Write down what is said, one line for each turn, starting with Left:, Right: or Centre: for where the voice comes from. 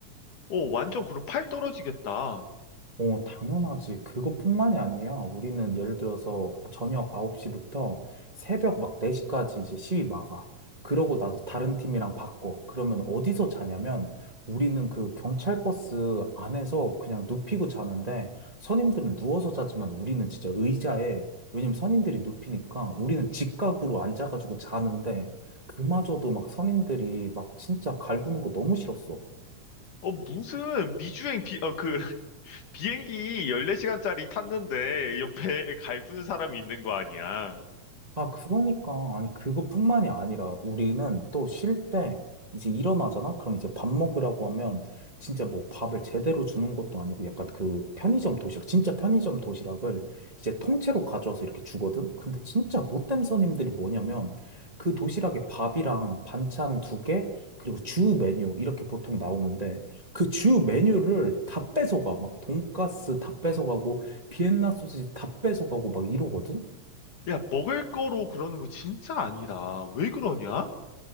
Left: 어, 완전 그럼 팔 떨어지겠다.
Right: 어, 당연하지. 그것뿐만이 아니야. 우리는 예를 들어서 저녁 9시부터 새벽 막 4시까지 이제 시위 막아. 그러고 나서 다른 팀이랑 바꿔. 그러면 어디서 자냐면 우리는 그 경찰 버스 안에서 그냥 눕히고 자는데 선임들은 누워서 자지만 우리는 진짜 의자에 왜냐면 선임들이 눕히니까 우리는 직각으로 앉아가지고 자는데 그마저도 막 선임들이 막 진짜 갈구는 거 너무 싫었어.
Left: 어, 무슨 미주행 비, 어, 그 <laughs> 비행기 14시간짜리 탔는데 옆에 갈구는 사람이 있는 거 아니야.
Right: 아, 그러니까. 아니, 그것뿐만이 아니라 우리는 또 쉴 때 이제 일어나잖아? 그럼 이제 밥 먹으라고 하면 진짜 뭐 밥을 제대로 주는 것도 아니고 약간 그 편의점 도시락, 진짜 편의점 도시락을 이제 통째로 가져와서 이렇게 주거든? 근데 진짜 못된 손님들이 뭐냐면 그 도시락에 밥이랑 반찬 두 개, 그리고 주 메뉴 이렇게 보통 나오는데 그 주 메뉴를 다 뺏어가. 막 돈가스 다 뺏어가고 비엔나 소시지 다 뺏어가고 막 이러거든?
Left: 야, 먹을 거로 그러는 거 진짜 아니다. 왜 그러냐?